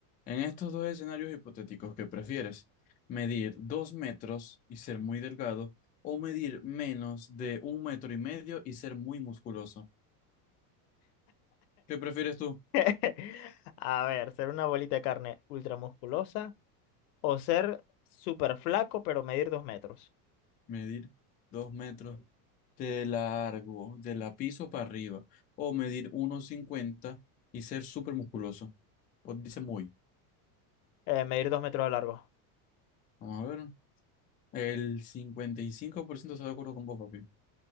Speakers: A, on the left (about 20°); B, on the left (about 70°).
A: en estos dos escenarios hipotéticos, ¿qué prefieres? ¿Medir dos metros y ser muy delgado o medir menos de un metro y medio y ser muy musculoso? ¿Qué prefieres tú?
B: <laughs> A ver, ser una bolita de carne ultramusculosa o ser súper flaco, pero medir dos metros.
A: Medir dos metros de largo, de la piso para arriba. O medir uno cincuenta y ser súper musculoso. Pues dice muy.
B: Eh, medir dos metros de largo.
A: Vamos a ver. El 55% está de acuerdo con vos, papi.